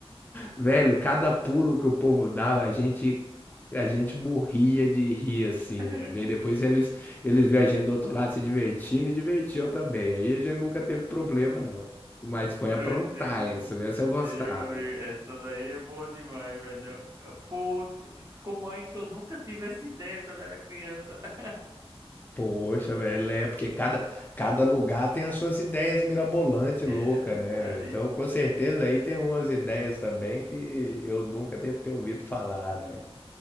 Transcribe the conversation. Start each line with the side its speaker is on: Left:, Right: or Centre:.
Left: Velho, cada pulo que o povo dava, a gente a gente morria de rir assim,
Right: <laughs>
Left: velho. Daí depois eles eles viam a gente do outro lado se divertindo e divertiam também. Aí a gente nunca teve problema não. Mas foi aprontar
Right: doideira.
Left: essa, essa eu gostava.
Right: Meu amigo, essa daí é boa demais, velho. Eu- Pô, como é que eu nunca tive essa ideia quando era criança? <laughs>
Left: Poxa, velho, é porque cada, cada lugar tem as suas ideias mirabolantes,
Right: É
Left: louca,
Right: verdade.
Left: né? Então, com certeza aí tem umas ideias também que eu nunca devo ter ouvido falar, né?